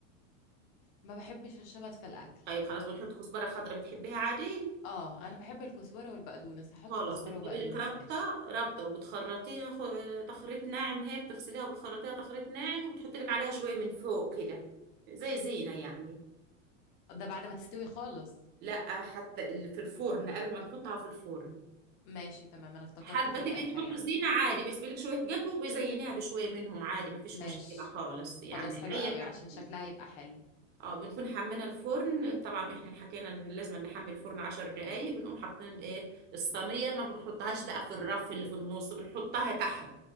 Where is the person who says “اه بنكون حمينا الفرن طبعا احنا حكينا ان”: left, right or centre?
Right